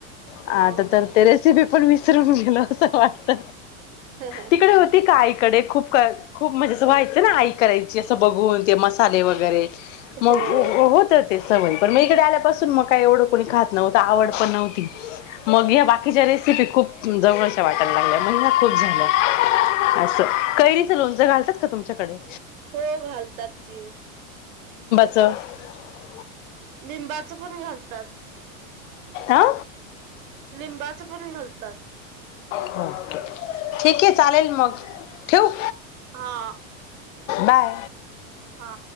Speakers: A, on the left (about 60°); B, on the right (about 75°).
A: आता
B: हा
A: तर
B: हा
A: ते रेसिपी पण विसरून गेलो असं वाट.
B: हा
A: तिकडे होती का इकडे खूप. खू खूप मजे असं व्हायचं ना आई करायची असं बघून ते मसाले वगैरे. मग
B: होय
A: होत ते. पण मग इकडे आल्यापासून मग का एवढं कोणी खात नव्हतं आवड पण नव्हती मग या बाकीच्या रसिी खूप जवळश वाटयला लाग. महिना खूप झाल अस. कैरीच लोणचं घालतात का तुमच्याकडे?
B: हो घालतात कि.
A: <inaudible>
B: लिंबाच पण घालतात.
A: आा.
B: लिंबाच पण घालतात.
A: ओके ठीक आहे चालेल मग ठेव.
B: हा.
A: बाय.
B: हा.